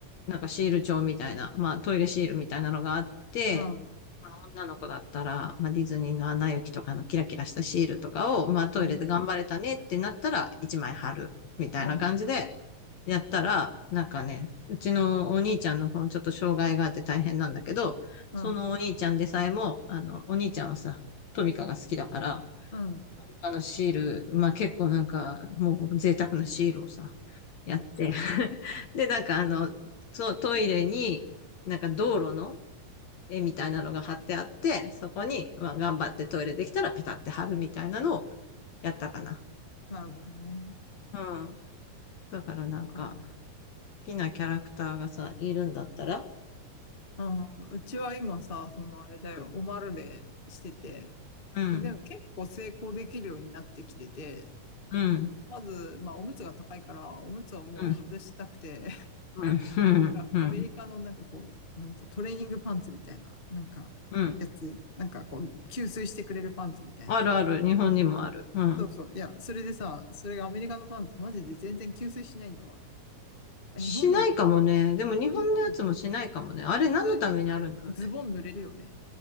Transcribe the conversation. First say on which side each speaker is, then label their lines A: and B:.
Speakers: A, on the left; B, on the left.
A: なんかシール帳みたいな、まあ、トイレシールみたいなのがあって、
B: ああ、
A: まあ、女の子だったら、まあ、ディズニーのアナ雪とかのキラキラしたシールとかを、まあ、トイレで頑張れたねってなったら、
B: ああ、
A: 1枚貼る、みたいな感じで、
B: あ
A: やったら、なんかね、うちのお兄ちゃんの方、ちょっと障害があって大変なんだけど、
B: あ、
A: そのお兄ちゃんでさえも、
B: う
A: あの、お兄ちゃんはさ、トミカが好きだから、
B: ん、うん
A: あのシール、まあ結構なんか、もう贅沢なシールをさ、やって。<laughs> で、なんかあの、そう、トイレに、なんか道路の絵みたいなのが貼ってあって、そこに、まあ頑張ってトイレできたらペタって貼るみたいなのをやったかな。
B: なるほどね。
A: うん。だからなんか、
B: そっか。
A: 好きなキャラクターがさ、いるんだったら、
B: ああ、うちは今さ、そのあれだよ、
A: うん、
B: オマルレしてて、
A: うん、
B: でも結構成功できるようになってきてて、
A: うん、
B: まず、まあ、おむつが高いから、おむつをもう外したくて、
A: うん、うん、
B: かアメリカのなんかこう、
A: うん、
B: なんとトレーニングパンツみたいな、なんか、
A: うん。
B: やつ、なんかこう、吸水してくれるパンツみたいな。
A: あるある、日本にもある。うん。
B: そうそう。いや、それでさ、それがアメリカのパンツ、マジで全然吸水しないんだわ。あ、
A: しないかもね。
B: 日本のも、
A: でも日本のやつもしないかもね。
B: 日本、
A: あれ何のためにあるんだろうね。
B: 普通にズボン濡れるよね。